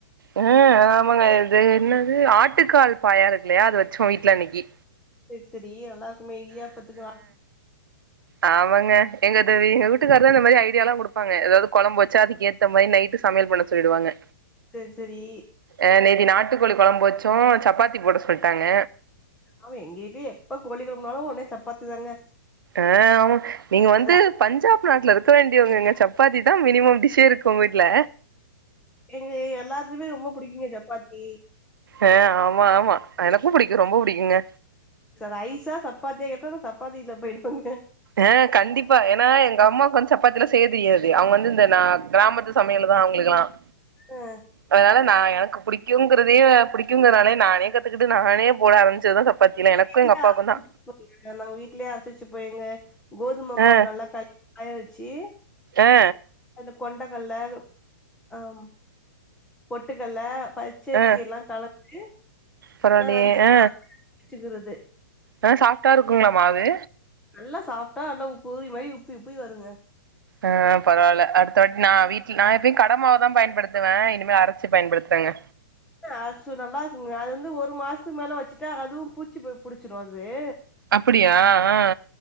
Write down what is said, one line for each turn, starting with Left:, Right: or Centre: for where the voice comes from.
Right: அ ஆமாங்க இது என்னது ஆட்டுக்கால் பாயா இருக்குல்லையா அது வச்சோ வீட்ல அன்னைக்கி
Centre: சேரி சேரி நல்லாருக்குமே இடியாப்பத்துக்கு ஆ
Right: ஆமாங்க எங்கது எங்க வீட்டுக்காருதா இந்த மாரி ஐடியா எல்லா குடுப்பாங்க ஏதாவது கொழம்பு வச்சா அதுக்கே ந்த மாரி நைட்டு சமையல் பண்ண சொல்லிடுவாங்க
Centre: சேரி சேரி
Right: அ நேத்தி நாட்டுக்கோழி கொழம்பு வச்சோ சப்பாத்தி போட சொல்லிட்டாங்க
Centre: ஆமா எங்ககிட்டயு எப்ப கோழிக்கொழம்புனாலு உடனே சப்பாத்தி தாங்க
Right: அ ஆமா நீங்க வந்து
Centre: அது
Right: பஞ்சாப் நாட்லருக் க வேண்டியவங்கங்க சப்பாத்திதா மினிமம் டிஷ்ஷே இருக்கு ஒங்க வீட்ல
Centre: எங்க எல்லாத்துக்குமே ரொம்ப புடிக்குங்க சப்பாத்தி
Right: அ ஆமா ஆமா எனக்கு புடிக்கு ரொம்ப புடிக்குங்க
Centre: ச ரைசா சப்பாத்தியா கேட்டா நா சப்பாத்தில போய்டுவாங்க
Right: ஆ கண்டிப்பா ஏன்னா எங்க அம்மாக்கு வந்து சப்பாத்திலா செய்ய தெரியாது அவங்க வந்து இந்த நா கிராமத்து சமையலதா அவங்களுக்குலா <inaudible>
Centre: ஆ
Right: அதனால நா எனக்கு புடிக்குங்கறதே புடிக்குங்கறதனாலே நானே கத்துக்கிட்டு நானே போட ஆரம்பிச் சதுதா சப்பாத்திலா எனக்கும்
Centre: வீட்லயே
Right: எங்க அப்பாவுக்குந்தா
Centre: அரைச்சு <inaudible> நாங்க வீட்லே அர்ச்சு வச்சு போய்யிங்க கோதும
Right: ஆ
Centre: மாவு நல்லா கத் காய வச்சி
Right: ஆ
Centre: அது கொண்டகல்ல அதூ அம் பொட்டுகல்ல பச்சரிசி
Right: ஆ
Centre: எல்லா கலக்கு
Right: பரவாயில்லையே
Centre: நாங்க அஞ்சி
Right: ஆ
Centre: <inaudible> ச்சுக்குறுது
Right: ஆ சாஃப்ட்டா இருக்குங்ளா மாவு
Centre: நல்லா சாஃப்ட்டா நல்லா உப் பூறி மாரி உப்பி உப்பி வருங்க
Right: ஆ பரவால்ல அடுத்த வாட் நா வீட்டில் நா எப்பயு கடமாவு தா பயன்படுத் த்துவே இனிமே அரச்சி பயன்படுத்துறங்க
Centre: அ ஷு நமாஸ் மு அது வந்து ஒரு மாஸ்த்து மேல வச்சிட்டா அதுவு பூச்சி பெ புடிச்சிரு அதே
Right: அப்படியா ஆ